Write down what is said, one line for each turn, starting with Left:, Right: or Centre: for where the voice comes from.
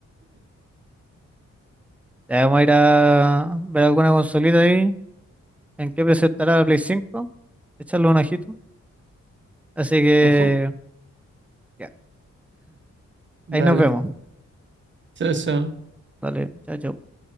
Centre: Ya vamos a ir a ver alguna consolita ahí. En qué presentará la Play cinco Echarle un ojito. Así que,
Right: Ojo.
Centre: ya.
Right: Dale.
Centre: Ahí nos vemos.
Right: Chao, chao.
Centre: Dale, chao, chao.